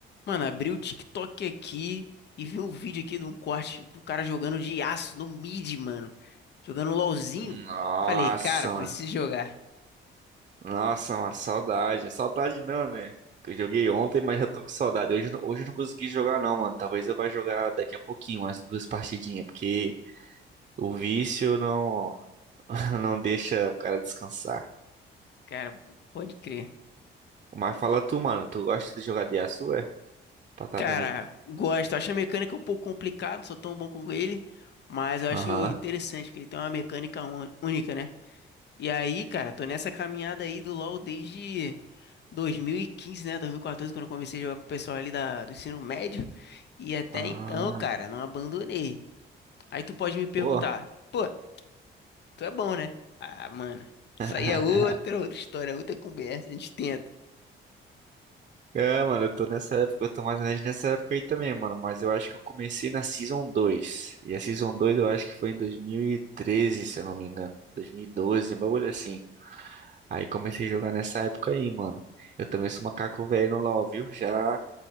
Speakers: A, on the left; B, on the right.
A: Mano, abri o TikTok aqui e vi um vídeo aqui de um corte do cara jogando de aço no mid, mano. Jogando um LOLzinho.
B: Nossa,
A: Falei, cara, preciso
B: mano.
A: jogar.
B: Nossa, mano, saudade. Saudade não, né? Que eu joguei ontem, mas já tô com saudade. Hoje, eu não- hoje eu não consegui jogar, não, mano. Talvez eu vá jogar daqui a pouquinho, umas duas partidinhas, porque o vício não, <laughs> não deixa o cara descansar.
A: Cara, pode crer.
B: Mas fala tu, mano, tu gosta de jogar de aço, é? Pra tá
A: Cara,
B: vendo.
A: gosto. Acho a mecânica um pouco complicada, não sou tão bom com ele. Mas eu acho
B: Aham.
A: interessante, porque ele tem uma mecânica ún- única, né? E aí, cara, tô nessa caminhada aí do LoL desde 2015, né? 2014, quando eu comecei a jogar com o pessoal ali da, do ensino médio. E até
B: Ah.
A: então, cara, não abandonei. Aí tu pode me perguntar,
B: Pô.
A: pô, tu é bom, né? Ah, mano,
B: <laughs>
A: isso aí é outra, outra história, outra conversa, a gente tenta.
B: É, mano, eu tô nessa época, eu tô mais ou menos nessa época aí também, mano. Mas eu acho que eu comecei na Season 2. E a Season 2, eu acho que foi em 2013, se eu não me engano. 2012, um bagulho assim. Aí comecei a jogar nessa época aí, mano. Eu também sou macaco velho no LoL, viu? Já,